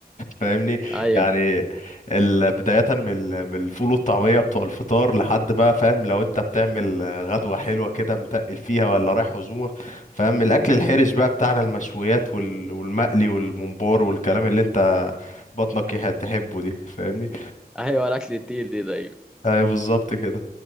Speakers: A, on the left; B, in the centre.
A: فاهمني
B: ايوه
A: يعني ال- بداية من ال- من الفول والطعمية بتوع الفطار لحد بقى فاهم لو انت بتعمل غدوة حلوة كده متقل فيها ولا رايح عزومة فاهم الأكل الحرش بقى بتاعنا المشويات وال- والمقلي والممبار والكلام اللي انت بطنك يه- تحبه دي فاهمني
B: ايوه الاكل التقيل دي ده أيوة.
A: ايوه بالظبط كده